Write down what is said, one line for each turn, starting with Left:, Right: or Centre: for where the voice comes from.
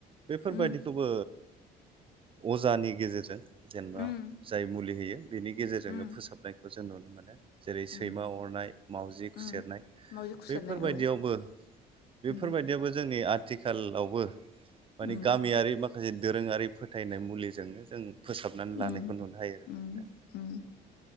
Right: बेफोरबायदिखौबो
Left: उम उम
Right: अजानि गेजेरजों जेनेबा
Left: उम
Right: जाय मुलि होयो बेनि गेजेरजोंनो
Left: उम
Right: फोसाबनायखौ जों नुनो मोनो जेरै सैमा
Left: उम
Right: अरनाय मावजि खुसेरनाय
Left: उम मावजि खुसेरनाय
Right: बेफोरबायदियावबो
Left: औ उम
Right: बेफोरबायदियावबो जोंनि आ थिखालावबो माने
Left: उम
Right: गामियारि माखासे दोरोङारि फोथायनाय मुलिजोंनो जों फोसाबनानै लानायखौ
Left: उम
Right: नुनो हायो आरो
Left: उम
Right: नोंथां
Left: उम